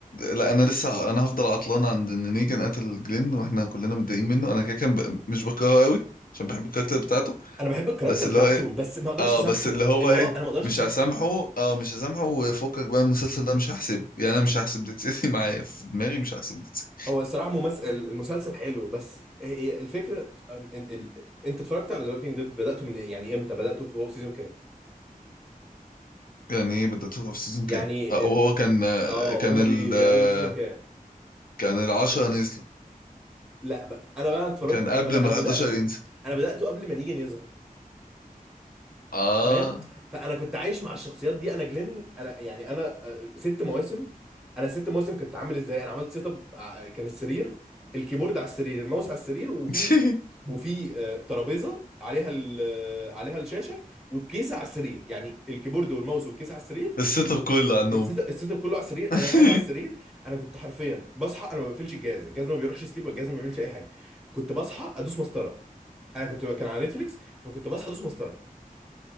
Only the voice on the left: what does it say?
لا انا لسه انا هفضل عطلان عند ان نيجان قتل جلين واحنا كلنا متضايقين منه انا كده كان ب... مش بكرهه قوي عشان بحب الكاركتر بتاعته
بس اللي
هو ايه
اه
بس اللي هو
ايه
مش
هسامحه اه مش هسامحه وفكك بقى المسلسل ده مش هحسبه يعني انا مش هحسب ديد سيتي <laughs> معايا في دماغي مش هحسب ديد سيتي
يعني ايه بدأته في سيزون كام
آه وهو كان آه
كان
ال
آه
كان العشرة نزلوا
كان
قبل
ما
ال11
ينزل
اه
<laughs>
السيت
اب كله عنهم
<laughs>